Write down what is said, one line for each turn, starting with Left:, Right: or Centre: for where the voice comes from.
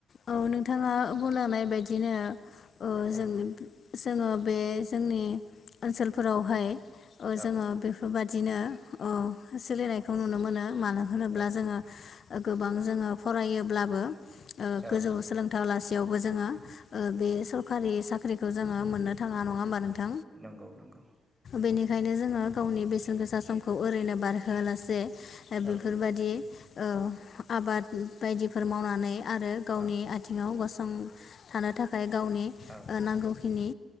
Left: औ नोंथाङा बुंलांनाय बादिनो ओ
Right: औ
Left: जों जोङो बे जोंनि ओनसोलफोरावहाय
Right: औ
Left: जोङो बेफोरबादिनो ओ सोलिनायखौ नुनो मोनो मानो होनोब्ला
Right: औ
Left: जोङो गोबां जोङो फरायोब्लाबो ओ
Right: औ
Left: गोजौ सोलोंथा लासि बेयावबो जोङो बे सरकारि साख्रिखौ जोङो मोननो थाङा नङा होमबा नोंथां?
Right: नंगौ नंगौ।
Left: बेनिखायनो जोङो गावनि बेसेन गोसा समखौ ओरैनो बारहोआलासे ओ बेफोरबादि
Right: औ
Left: ओ आबाद बायदिफोर मावनानै आरो गावनि
Right: औ
Left: आथिङाव गसंथानो थाखाय खाय गावनि
Right: औ
Left: ओ नांगौखिनि